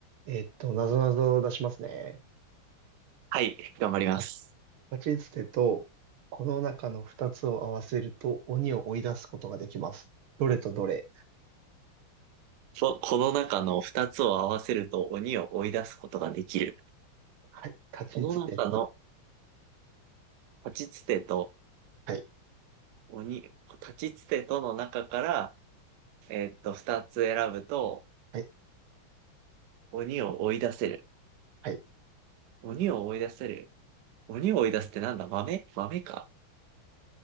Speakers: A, on the right; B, on the right.
A: えっと、なぞなぞを出しますね。
B: はい、頑張ります。
A: た立ちつてと、この中の二つを合わせると鬼を追い出すことができます。どれとどれ
B: ここの中の二つを合わせると鬼を追い出すことができる。
A: はい。立ちつてとで、
B: この中の立ちつてと
A: はい。
B: 鬼、立ちつてとの中から、えーっと、二つ選ぶと
A: はい。
B: 鬼を追い出せる。
A: はい。
B: 鬼を追い出せる。鬼を追い出すってなんだ豆豆か